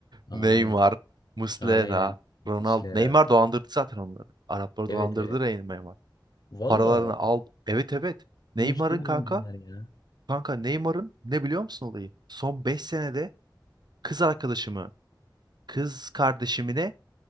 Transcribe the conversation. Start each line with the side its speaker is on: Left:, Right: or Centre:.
Left: Aynen
Right: Neymar, Muslera,
Left: aynen
Right: Ronaldo.
Left: Muslera.
Right: Neymar dolandırdı zaten onları. Arapları
Left: Evet
Right: dolandırdı
Left: evet.
Right: Rey- Neymar.
Left: Valla
Right: Paralarını al. Evet evet. Neymar'ın
Left: bunu hiç duymadım
Right: kanka.
Left: Caner ya.
Right: Kanka Neymar'ın ne biliyor musun olayı? Son 5 senede kız arkadaşımı, kız kardeşimine